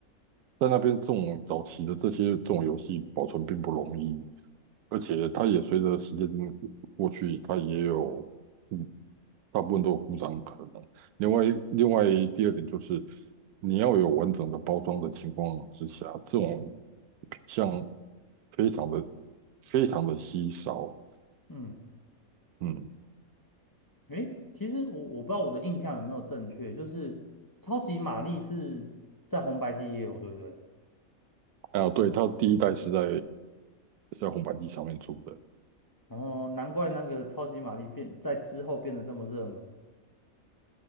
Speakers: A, on the right (about 90°); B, on the left (about 25°).
A: 在那边这种早期的这些这种游戏保存并不容易，而且它也随着时间过去，它也有嗯大部分都有故障可能。另外，另外第二点就是你要有完整的包装的情况之下，这种像非常的非常的稀少。
B: 嗯，
A: 嗯，
B: 诶，其实我我不知道我的印象有没有正确，就是超级玛丽是在红白机也有，对不对？
A: 啊，对，它第一代是在在红白机上面出的。
B: 哦，难怪那个超级玛丽变在之后变得这么热门。